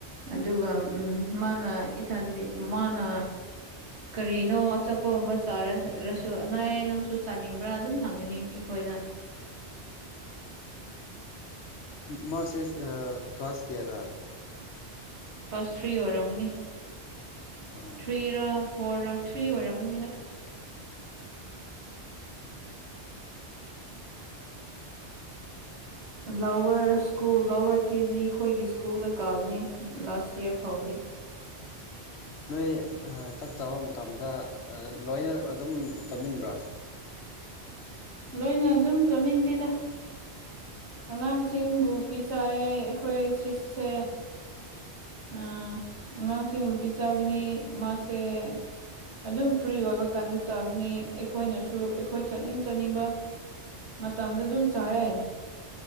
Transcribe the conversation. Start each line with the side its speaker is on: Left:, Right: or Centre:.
Right: ꯑꯗꯨꯒ ꯎꯝ ꯃꯥꯅ ꯏꯊꯟꯗꯤ ꯃꯥꯅ ꯀꯔꯤꯅꯣ ꯑꯆꯥꯄꯣꯠ ꯑꯃ ꯆꯥꯔꯔꯁꯨ ꯑꯅꯥꯏꯌꯥ ꯅꯪꯁꯨ ꯆꯥꯅꯤꯡꯕ꯭ꯔꯥ ꯑꯗꯨꯝ ꯍꯪꯒꯅꯤ ꯑꯩꯈꯣꯏꯅ
Left: ꯃꯥꯁꯦꯁ ꯑ ꯀ꯭ꯂꯥꯁ ꯀꯥꯌꯔꯥ꯫
Right: ꯀ꯭ꯂꯥꯁ ꯊ꯭ꯔꯤ ꯑꯣꯏꯔꯝꯒꯅꯤ꯫
Left: ꯑꯣ
Right: ꯊ꯭ꯔꯤ ꯔ ꯐꯣꯔ ꯔ ꯊ꯭ꯔꯤ ꯑꯣꯏꯔꯝꯒꯅꯤꯗ꯫ Lower school lower K G ꯑꯩꯈꯣꯏꯒꯤ ꯁ꯭ꯀꯨꯜꯗ ꯀꯥꯕꯅꯤ ꯂꯥꯁ ꯏꯌꯥꯔ ꯐꯥꯎꯗꯤ꯫
Left: <inaudible> ꯅꯣꯏ ꯑ ꯆꯥꯛꯆꯕ ꯃꯇꯝꯗ ꯑ ꯂꯣꯏꯅ ꯑꯗꯨꯝ ꯆꯥꯃꯤꯟꯕ꯭ꯔꯥ꯫
Right: ꯂꯣꯏꯅ ꯑꯗꯨꯝ ꯆꯠꯃꯤꯟꯗꯦꯗ꯫ ꯑꯉꯥꯡꯁꯤꯡꯕꯨ ꯄꯤꯖꯩꯑꯦ ꯑꯩꯈꯣꯏ ꯁꯤꯠꯁꯦ ꯑ ꯑꯉꯥꯡꯁꯤꯡ
Left: ꯎꯝ
Right: ꯅꯨꯄꯤ ꯆꯥꯒꯅꯤ ꯃꯥꯁꯦ ꯑꯗꯨꯝ ꯐ꯭ꯔꯤ ꯑꯣꯏꯕ ꯀꯥꯟꯗ ꯆꯥꯒꯅꯤ ꯑꯩꯈꯣꯏꯅꯁꯨ ꯑꯩꯈꯣꯏ ꯆꯥꯅꯤꯡ ꯆꯥꯅꯤꯡꯕ ꯃꯇꯝꯗ ꯑꯗꯨꯝ ꯆꯥꯢꯑꯦ꯫